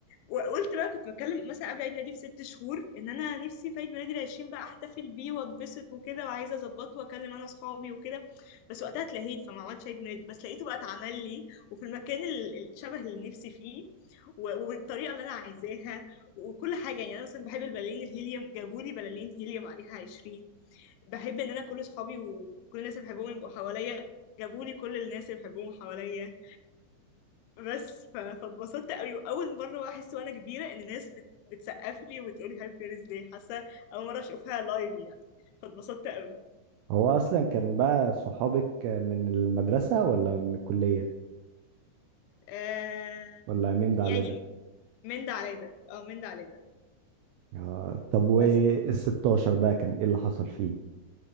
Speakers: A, on the left; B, on the right.
A: وقلت بقى كنت بتكلم مثلا قبل عيد ميلادي بست شهور ان انا نفسي في عيد ميلادي العشرين بقى احتفل بيه واتبسط وكده وعايزه اظبطه واكلم انا اصحابي وكده بس وقتها اتلهيت فما عملتش عيد ميلاد بس لقيته بقى اتعمل لي وفي المكان ال- الشبه اللي نفسي فيه و- وبالطريقه اللي انا عايزاها وكل حاجه يعني انا مثلا بحب البلالين الهيليوم جابوا لي بلالين هيليوم عليها 20 بحب ان انا كل اصحابي وكل الناس اللي بحبهم يبقوا حواليا جابوا لي كل الناس اللي بحبهم حواليا بس ف- فاتبسطت قوي واول مره بقى احس وانا كبيره ان ناس بت... بتسقف لي وبتقول لي هابي بيرث داي حاسه اول مره اشوفها لايف يعني فاتبسطت قوي
B: هو اصلا كان بقى صحابك من المدرسة ولا من الكلية
A: آه...
B: ولا من ده
A: يعني
B: على ده
A: من ده على ده اه من ده على ده
B: آه طب وال
A: بس
B: 16 بقى كان ايه اللي حصل فيه